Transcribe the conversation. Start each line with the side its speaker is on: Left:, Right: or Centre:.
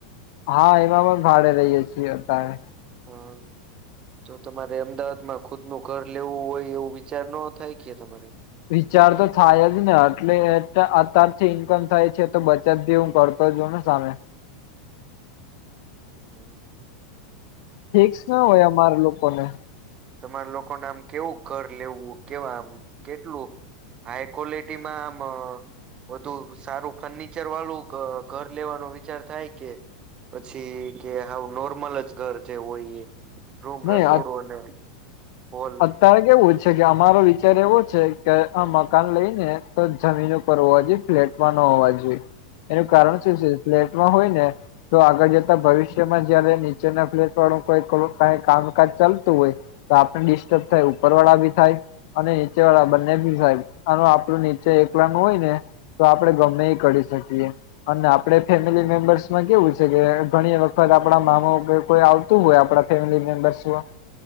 Left: હા એમાં પણ ભાડે રહીએ છીએ અતારે.
Right: હા. તો તમારે અમદાવાદમાં ખુદ નું ઘર લેવું હોય એવું વિચાર નો થાય કે તમારે
Left: વિચાર તો થાય જ ને એટલે અતારથી ઇન્કમ થાય છે, તો બ અત્યારી હું ભરતો જોઉં ને સામે.
Right: હમ.
Left: ફીક્સ ના હોય અમાર લોકો ને.
Right: તમારા લોકોને આમ કેવું ઘર લેવું? કેવામ કેટલું? હાઈ ક્વોલિટી માં આમ વધુ સારું ફર્નિચર વાળું ધ ઘર લેવાનો વિચાર થાય કે. પછી કે હાવ નોર્મલ જ ઘર જેવું હોય. રૂમ,
Left: નહી
Right: રસોડો ને હોલ
Left: તારે કેવું છે કે અમારો વિચાર એવો છે. કે અ મકાન લઈ ને તો જમીન ઉપર હોવા જોઈએ ફ્લેટમાં ન હોવા જોઈએ એનું
Right: હા
Left: કારણ શું છે? ફ્લેટમાં હોય ને તો આગળ જતા ભવિષ્યમાં જયારે નીચેના ફ્લેટ વાળું કોઈ કઈ કામકાજ ચાલતું હોય તો આપણ ડિસ્ટર્બ થાય. ઉપરવાળા બી થાય અને નીચે વાળા બંને ભી સાહેબ. અનુ આપણું નીચે એકલા નું હોય ને તો આપડે ગમે એ કરી શકીએ અને આપણે ફેમિલી મેમ્બર્સમાં કેવું છે કે ઘણી વખત આપણા મામા કે કોઈ તું હોય આપડા ફેમિલી મેમ્બરસ માં